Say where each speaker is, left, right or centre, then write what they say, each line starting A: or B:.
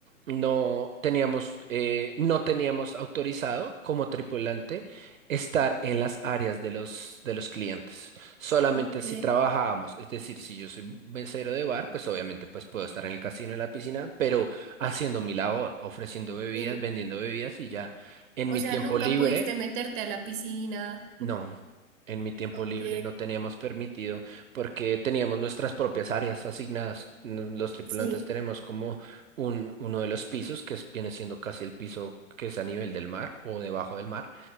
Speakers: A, on the right (about 70°); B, on the right (about 35°).
A: no teníamos, eh, no teníamos autorizado como tripulante estar en las áreas de los, de los clientes. Solamente
B: Ok.
A: si trabajábamos, es decir, si yo soy mesero de bar, pues obviamente pues puedo estar en el casino, en la piscina, pero haciendo mi labor, ofreciendo bebidas,
B: Sí.
A: vendiendo bebidas y ya. En
B: O
A: mi
B: sea,
A: tiempo
B: nunca
A: libre
B: pudiste meterte a la piscina.
A: no, en mi tiempo
B: Ok.
A: libre no teníamos permitido porque teníamos nuestras propias áreas asignadas. N- Los tripulantes
B: Sí.
A: tenemos como un, uno de los pisos que es- viene siendo casi el piso que es a nivel del mar o debajo del mar.